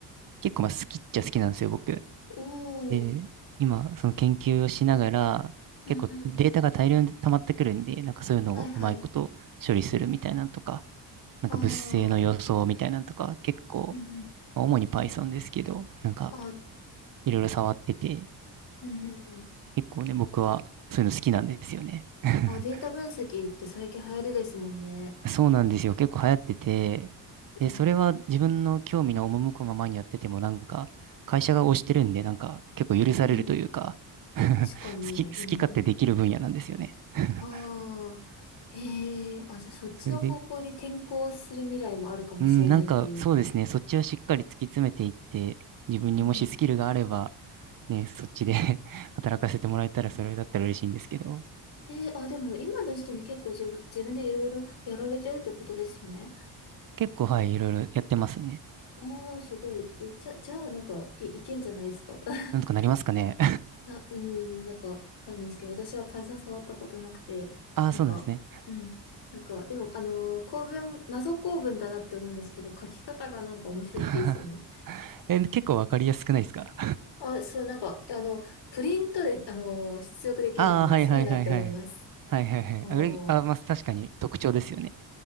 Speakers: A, on the right; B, on the left.
A: 結構まあ好きっちゃ好きなんですよ、僕。
B: お
A: で、
B: ー、
A: 今、その研究をしながら、
B: うんうん。
A: 結構データが大量に溜まってくるんで、なんかそういうのをうまいこと処理するみたいなんとか、
B: はいはい。
A: なんか物性の予想みたいなんとか、
B: あ
A: 結構、
B: ー、うんうん。
A: まあ主に Python ですけど、なんか
B: あ、
A: いろいろ触ってて、
B: うんうんうん。
A: 結構ね、僕はそういうの好きなんですよね。<laughs>
B: あ、データ分析って最近流行りですもんね。
A: そうなんですよ。結構流行ってて、
B: うん、
A: で、それは自分の興味の赴くままにやってても、なんか、会社が推してるんで、なんか、結構許されるというか
B: うん
A: <laughs> 好き、
B: うん。確かに、
A: 好き勝手できる分野なんですよね。
B: うん
A: <laughs>
B: ああ、へえ、あ、じゃあそっちの方向に転校する未来もあるかもしれないっていう。
A: それで、うん、なんか、そうですね。そっちはしっかり突き詰めていって、自分にもしスキルがあれば、
B: うんうん
A: ね、そっちで <laughs> 働かせてもらえたら、それだったら嬉しいんですけど、
B: えー、あ、でも今の時点で結構自分、自分でいろいろやられてるってことですよね。
A: 結構、はい、いろいろやってますね。
B: ああ、すごい。え、じゃ、じゃあなんか、い、いけんじゃないですか。<laughs>
A: なんとかなりますかね。
B: な、うん、なんか、わかんないですけど、私は Python 触ったことなくて、
A: <laughs> ああ、
B: なんか、
A: そうなんですね。
B: うん、なんか、でも、あのー構文、謎構文だなって思うんですけど、書き方がなんか面白くていいですよね。
A: <laughs> え、結構わかりやすくないですか
B: あ、そう、なんか、あの、プリントで、あの、出力できるの、
A: ああ、はいはいはいはい。
B: すごいなって思います。
A: はいはいはい。
B: も
A: あ、れあ、まあ、確かに特徴ですよね。